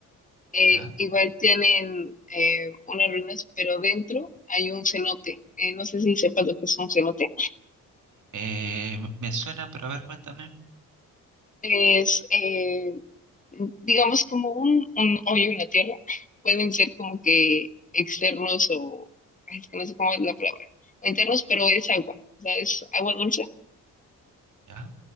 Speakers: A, on the left; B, on the right.
A: Eh,
B: ¿ya?
A: igual tienen eh, unas ruinas, pero dentro hay un cenote. Eh, no sé si sepas lo que es un cenote.
B: Eh, me me suena, pero a ver, cuéntame,
A: Es, eh, digamos, como un, un hoyo en la tierra. Pueden ser como que externos o, ay, es que no sé cómo es la palabra, o internos, pero es agua, o sea, es agua dulce
B: ¿ya?